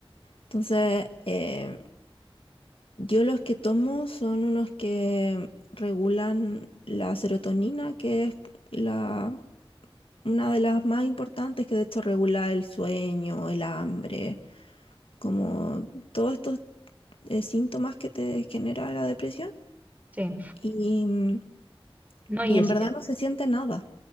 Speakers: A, on the left (about 70°); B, on the right (about 15°).
A: Entonces, eh, yo los que tomo son unos que regulan la serotonina, que es la, una de las más importantes, que de hecho regula el sueño, el hambre, como todos estos eh, síntomas que te genera la depresión
B: sí.
A: y, mm,
B: No, y
A: y en
B: es
A: verdad
B: que,
A: no se siente nada,